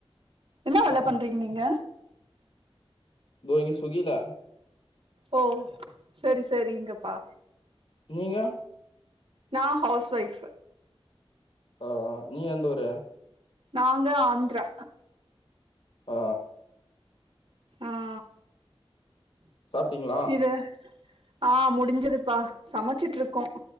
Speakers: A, on the right; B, on the left.
A: என்ன வேல பண்றீங்க நீங்க
B: தோ இங்க சுகிதா
A: ஓ செரி செரி இங்கப்பா
B: நீங்கே
A: நா ஹவுஸ் ஒய்ப்
B: ஓ நீ எந்த ஊரு
A: நாங்க ஆந்ரா
B: ஓ
A: ஆஆ
B: சாப்ட்டீங்களா
A: எது ஆ முடிஞ்சதுப்பா சமச்சிட்டுருக்கோ